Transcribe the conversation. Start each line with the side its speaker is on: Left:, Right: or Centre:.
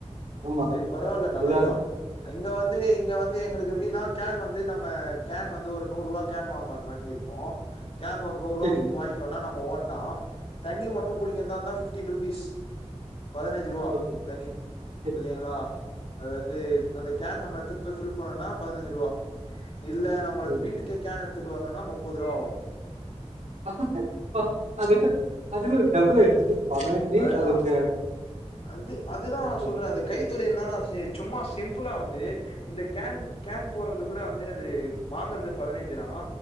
Right: ஆமா
Left: சேரி பரவால்ல நல்லதுதா
Right: இதா
Left: இங்க வந்து இங்க வந்து எங்களுக்கு எப்படினா கேன் வந்து நம்ம கேன் வந்து ஒரு நூறுவா கேன் வாங்கவர மாரி இருப்போ கேன் ஒரு நூறுவா
Right: சரி
Left: குடுத்து வாங்கிட்டோனா நம்ம ஓன் தா தண்ணி மட்டு புடிக்கந்தாந்தா ஃபிஃப்டீன் ருபீஸ் பதினைந் ஞ்சுருவா
Right: ஓகே
Left: தண்ணி
Right: சரி
Left: புரியிதுங்களா அதாது அந்த கேன் நம் எடுத்துட்டு போய் ஃபில் பண்ணனுனா பதுனஞ்சு ருவா இல்ல நம்மளுக்கு
Right: ஓகே
Left: வீட்டுக்கே கேன் எடு துட்டு வர்ணுனா முப்பதுருவா ஆவு
Right: <unintelligible> அதுக்கு அதுக்கு டபுள் ஆடுச்சு பனஞ்சி
Left: அதுதா
Right: அதுக்கு
Left: அது அதுதான்
Right: ஓகே
Left: நான் சொல்றேன் அந்த கைத்தொழில்னா நான் செய் சும்மா சிம்பிளாக வந்து இந்த கேன் கேன் போடுறது கூட வந்து அது வாங்குறது பதினஞ்சு தான்